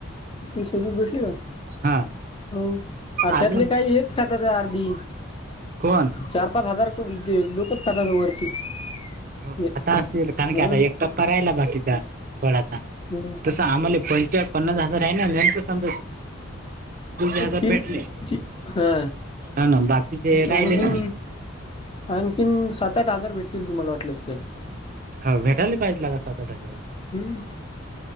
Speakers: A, on the left (about 25°); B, on the right (about 40°).
A: तीस रपये भेटले का
B: हा
A: हो अर्ध्यातले
B: अजून
A: काही आहेत. घालत ते अर्धी
B: कोण
A: चार पाच हजार. ते लोकच खातात वरची.
B: हो
A: हे
B: आता असतील कारण की
A: हा
B: आता एक टप्पा राहिला बाकीचा थोडाचा.
A: हम्म
B: जस आम्हाला पं पन्नास हजार आहे ना नंत समजा. हजार
A: तीन
B: भेटले
A: ती हा
B: ह ना बाकीचे राहिले
A: आणखीन
B: ना.
A: आणखीन सात आठ हजार भेटतील तुम्हाला वाटलंस ते.
B: ह भेटायला पाहिजे का सात आठ हजार.
A: हम्